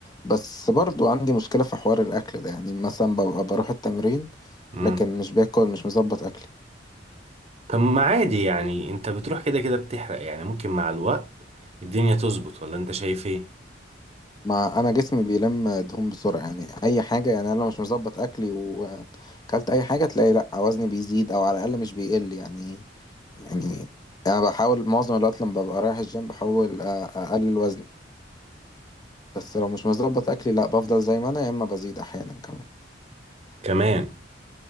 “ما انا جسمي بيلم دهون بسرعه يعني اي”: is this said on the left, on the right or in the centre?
Left